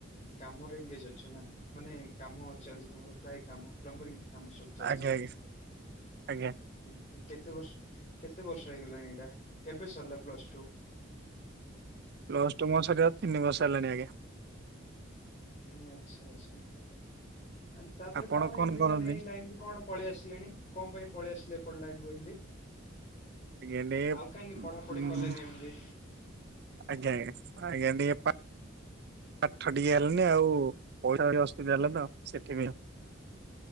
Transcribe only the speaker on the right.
ଆଜ୍ଞା ଆଜ୍ଞା ଆଜ୍ଞା
ପ୍ଲସ୍ ଟୁ ମୋର ସରିବା ତିନି ବର୍ଷ ହେଲାଣି ଆଜ୍ଞା।
ଆପଣ
କରନ୍ତି
ଆଜ୍ଞା ଟିକେ
ଆଜ୍ଞା, ଆଜ୍ଞା, ଆଜ୍ଞା ଟିକେ ପା ପାଠ ଟିକେ ହେଲାନି, ଆଉ ପଇସା ବି ଟିକେ ଅସୁବିଧା ହେଲା ତ ସେଥିପାଇଁ।